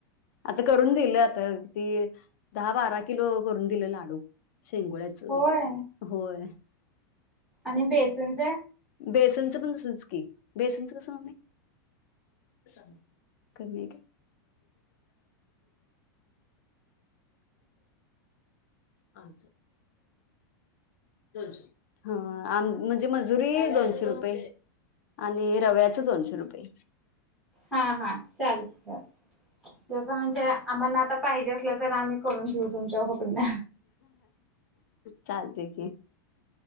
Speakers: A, on the left (about 45°); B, in the centre.
A: आता करून दिल आता ती दहा बारा किलो करून दिले लाडू शेंगोळ्या च
B: होय
A: घेते होय
B: आणि बेसनस
A: ण क बेसच कसे मजुरी आम हेगळ द द म्हणजे खजुरी दोनशे रुपये आणि रव्याच दोनशे रुपये
B: हा हा चाल चाल जस म्हणजे आम्हाना आता पाहिजे असलं तर आम्ही करून घेऊ तुमच्या हुकडन
A: चालते की